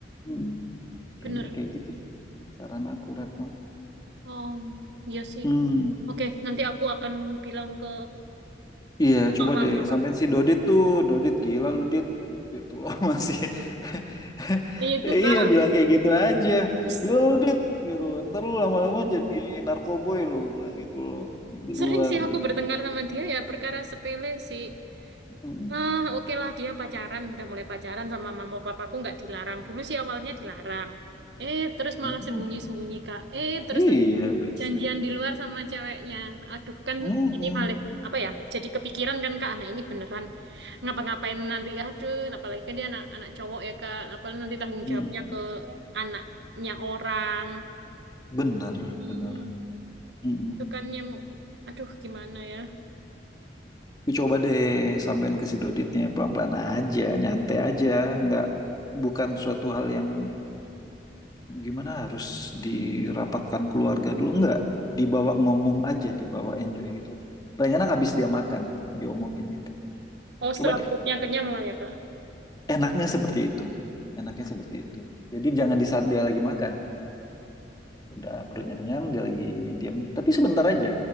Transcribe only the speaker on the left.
Hmm, kayaknya
kayak gitu sih saran aku Retno.
Hmm.
Iya,
coba deh
sampein
si Dodit tuh, Dodit gila lu Dit. Itu loh <laughs> masih <laughs>
Iya, bilang kayak gitu aja.
Gila lu Dit gitu loh. Ntar lu lama-lama jadi narkoboy lo bilang gitu loh di
luar
gitu.
Mm.
Iya,
Iya,
Backstreet.
Mm-mm.
Mm.
Bener,
bener. Mm-mm.
Tapi coba deh sampein ke si Doditnya pelan-pelan aja, nyantai aja, nggak bukan suatu hal yang gimana harus dirapatkan keluarga dulu enggak dibawa ngomong aja dibawa enjoy gitu loh paling enak habis dia makan diomongin itu
coba deh
enaknya seperti itu enaknya seperti itu jadi jangan di saat dia lagi makan udah perutnya kenyang dia lagi diam tapi sebentar aja